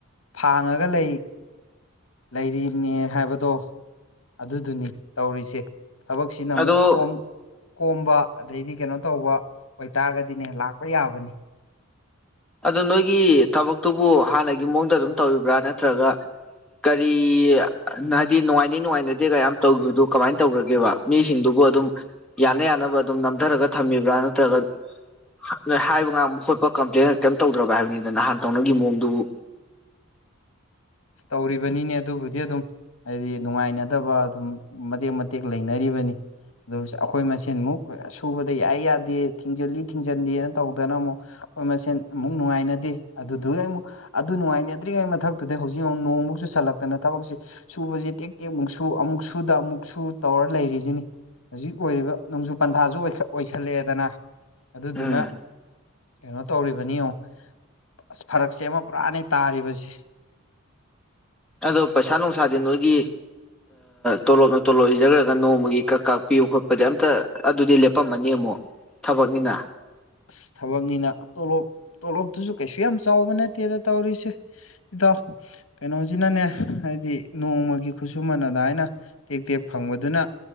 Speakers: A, on the left (about 60°); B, in the centre.
A: ꯐꯥꯡꯉꯒ ꯂꯩ ꯂꯩꯔꯤꯅꯦ ꯍꯥꯏꯕꯗꯣ ꯑꯗꯨꯗꯨꯅꯤ ꯇꯧꯔꯤꯁꯦ ꯊꯕꯛꯁꯤꯅ
B: ꯑꯗꯣ
A: ꯑꯃꯨꯛ ꯀꯣꯝ ꯀꯣꯝꯕ ꯑꯗꯩꯗꯤ ꯀꯩꯅꯣ ꯇꯧꯕ ꯑꯣꯏꯇꯥꯔꯒꯗꯤꯅꯦ ꯂꯥꯛꯄ ꯌꯥꯕꯅꯤ
B: ꯑꯗꯨ ꯅꯣꯏꯒꯤ ꯊꯕꯛꯇꯨꯕꯨ ꯍꯥꯟꯅꯒꯤ ꯃꯑꯣꯡꯗ ꯑꯗꯨꯝ ꯇꯧꯔꯤꯕ꯭ꯔꯥ ꯅꯠꯇ꯭ꯔꯒ ꯀꯔꯤ ꯍꯥꯏꯗꯤ ꯅꯨꯡꯉꯥꯏꯅꯤ ꯅꯨꯡꯉꯥꯏꯅꯗꯦ ꯀ ꯌꯥꯝ ꯇꯧꯈꯤꯕꯗꯨꯣ ꯀꯃꯥꯏꯅ ꯇꯧꯈ꯭ꯔꯒꯦꯕ ꯃꯤꯁꯤꯡꯗꯨꯕꯨ ꯑꯗꯨꯝ ꯌꯥꯅ ꯌꯥꯅꯕ ꯑꯗꯨꯝ ꯅꯝꯊꯔꯒ ꯊꯝꯃꯤꯕ꯭ꯔꯥ ꯅꯠꯇ꯭ꯔꯒ ꯅꯣꯏ ꯍꯥꯏꯕ ꯉꯥꯡꯕ ꯈꯣꯠꯄ ꯀꯝꯄ꯭ꯂꯦꯟ ꯀꯩꯝ ꯇꯧꯗ꯭ꯔꯕ ꯍꯥꯏꯕꯅꯤꯗ ꯅꯍꯥꯟ ꯇꯧꯅꯕꯒꯤ ꯃꯑꯣꯡꯗꯨꯕꯨ
A: ꯇꯧꯔꯤꯕꯅꯤꯅꯦ ꯑꯗꯨꯕꯨꯗꯤ ꯑꯗꯨꯝ ꯍꯥꯏꯗꯤ ꯅꯨꯡꯉꯥꯏꯅꯗꯕ ꯑꯗꯨꯝ ꯃꯇꯦꯛ ꯃꯇꯦꯛ ꯂꯩꯅꯔꯤꯕꯅꯤ ꯑꯗꯨ ꯑꯩꯈꯣꯏ ꯃꯁꯦꯟꯃꯨꯛ ꯁꯨꯕꯗ ꯌꯥꯏ ꯌꯥꯗꯦ ꯊꯤꯡꯖꯤꯜꯂꯤ ꯊꯤꯡꯖꯤꯟꯗꯦꯅ ꯇꯧꯗꯅ ꯑꯃꯨꯛ ꯑꯩꯈꯣꯏ ꯃꯁꯦꯟ ꯑꯃꯨꯛ ꯅꯨꯡꯉꯥꯏꯅꯗꯦ ꯑꯗꯨꯗꯨ ꯑꯃꯨꯛ ꯑꯗꯨ ꯅꯨꯡꯉꯥꯏꯅꯗ꯭ꯔꯤꯉꯩ ꯃꯊꯛꯇꯨꯗ ꯍꯧꯖꯤꯛ ꯍꯧꯖꯤꯛ ꯌꯦꯡꯉꯨ ꯑꯃꯨꯛ ꯅꯣꯡꯃꯨꯛ ꯆꯨꯁꯜꯂꯛꯇꯅ ꯊꯕꯛꯁꯦ ꯁꯨꯕꯕꯁꯤꯦ ꯇꯦꯛ ꯇꯦꯛꯃꯨꯛ ꯁꯨ ꯑꯃꯨꯛ ꯁꯨꯗ ꯑꯃꯨꯛ ꯁꯨ ꯇꯧꯔ ꯂꯩꯔꯤꯁꯤꯅꯤ ꯍꯧꯖꯤꯛ ꯑꯣꯏꯔꯤꯕ ꯅꯣꯡꯖꯨ ꯄꯟꯊꯥꯁꯨ ꯑꯣꯏꯁꯜꯂꯛꯑꯦꯗꯅ ꯑꯗꯨꯗꯨꯅ
B: ꯎꯝ
A: ꯀꯩꯅꯣ ꯇꯧꯔꯤꯕꯅꯤ ꯌꯦꯉꯛ ꯑꯁ ꯐꯔꯛꯁꯦ ꯑꯃ ꯄꯨꯔꯥꯅꯦ ꯇꯥꯔꯤꯕꯁꯦ꯫
B: ꯑꯗꯣ ꯄꯩꯁꯥ ꯅꯨꯡꯁꯥꯗꯤ ꯅꯣꯏꯒꯤ ꯇꯣꯂꯣꯞꯅ ꯇꯣꯂꯣꯞ ꯂꯩꯖꯈ꯭ꯔꯒ ꯅꯣꯡꯃꯒꯤ ꯀꯛ ꯀꯥꯛꯄꯤꯕ ꯈꯣꯠꯄꯗꯤ ꯑꯝꯇ ꯑꯗꯨꯗꯤ ꯂꯦꯞꯄꯝꯃꯅꯤ ꯑꯃꯨꯛ ꯊꯕꯛꯅꯤꯅ
A: ꯑꯁ ꯊꯕꯛꯅꯤꯅ ꯇꯣꯂꯣꯞ ꯇꯣꯂꯣꯞꯇꯨꯁꯨ ꯀꯩꯁꯨ ꯌꯥꯝ ꯆꯥꯎꯕ ꯅꯠꯇꯦꯗ ꯇꯧꯔꯤꯁꯦ ꯏꯇꯥꯎ ꯀꯩꯅꯣꯁꯤꯅꯅꯦ ꯍꯥꯏꯗꯤ ꯅꯣꯡꯃꯒꯤ ꯈꯨꯠꯁꯨꯃꯅ ꯑꯗꯨ ꯍꯥꯏꯅ ꯇꯦꯛ ꯇꯦꯛ ꯐꯪꯕꯗꯨꯅ